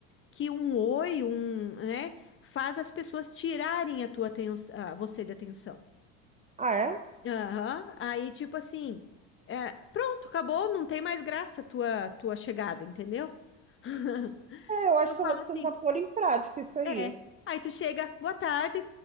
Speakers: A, on the left; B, on the right.
A: que um oi, um, né, faz as pessoas tirarem a tua atenção, você da atenção.
B: Ah, é?
A: Aham. Aí, tipo assim, é, pronto, acabou, não tem mais graça a tua, tua chegada, entendeu? <laughs>
B: É, eu acho
A: Tu
B: que
A: fala
B: eu vou tentar
A: assim,
B: pôr em prática isso aí.
A: é. Aí tu chega, boa tarde,